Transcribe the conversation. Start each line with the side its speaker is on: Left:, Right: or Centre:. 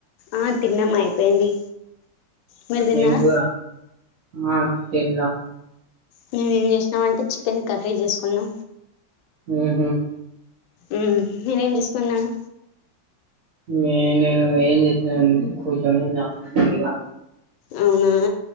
Left: ఆ తిన్నాం అయిపోయింది మీరు తిన్నారా
Right: ఏం కూర ఆ తిన్లా
Left: మేమేం చేసినాం అంటే చికెన్ కర్రీ చేసుకున్నా
Right: ఏహే
Left: ఊ మీరేం చేసుకున్నారు
Right: నే నేను ఏం చేసుకున్నా <unintelligible>
Left: అవునా